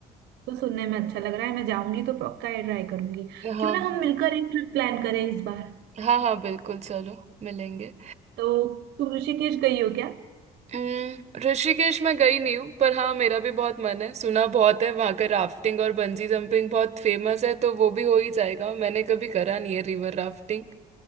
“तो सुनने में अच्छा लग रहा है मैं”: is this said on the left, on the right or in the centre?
Right